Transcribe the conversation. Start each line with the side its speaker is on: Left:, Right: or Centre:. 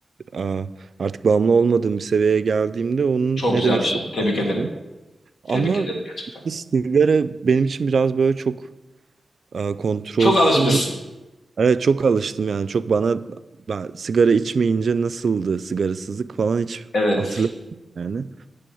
Right: Aa, artık bağımlı olmadığım bir seviyeye geldiğimde onun
Left: Çok
Right: ne
Left: güzel
Right: demek
Left: bir
Right: istediğini
Left: şey. Tebrik
Right: anlıyorum.
Left: ederim. Tebrik
Right: Ama
Left: ederim gerçekten.
Right: sigara benim için biraz böyle çok e, kontrolsüz.
Left: Çok alışmışsın.
Right: Evet çok alıştım yani çok bana ben sigara içmeyince nasıldı sigarasızlık falan hiç
Left: Evet.
Right: hatırlamıyorum yani.